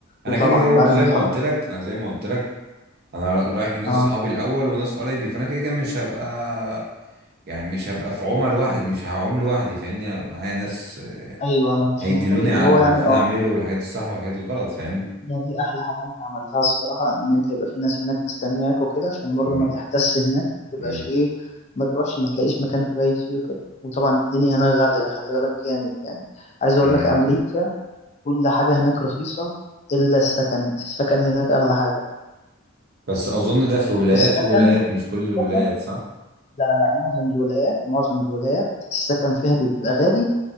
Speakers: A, on the right (about 50°); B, on the left (about 30°).
A: انا
B: وطبعا
A: كده كده برضو
B: بعد
A: زي
B: ما تحضر
A: ما قلت لك انا زي ما قلت لك انا رايح لناس
B: اه
A: صحابي الاول وناس قرايبي فانا كده كده مش هبقى يعني مش هبقى في عمى لوحدي مش هعوم لوحدي فاهمني انا هبقى معايا ناس آه،
B: ايوه ايوه مش
A: هيدلوني
B: محتاج اللي
A: على
B: هو
A: اللي
B: يعني
A: المفروض
B: اه
A: اعمله والحاجات الصح والحاجات الغلط فاهمني
B: ده دي احلى حاجه انت عملتها الصراحه ان انت يبقى في ناس هناك مستنياك وكده عشان برضه
A: امم
B: ما تحتس هناك ما تبقاش
A: امم
B: ايه ما تروحش ما تلاقيش مكان تبيت فيه وكده وطبعا الدنيا هناك غاليه خلي بالك جامد يعني عايز اقول
A: أمم.
B: لك امريكا كل حاجة هناك رخيصة إلا السكن السكن هناك أغلى حاجة
A: بس اظن ده في ولايات
B: السكن
A: وولايات مش كل الولايات
B: السكن
A: صح
B: لا لا معظم الولايات معظم الولايات السكن فيها بيبقى غالي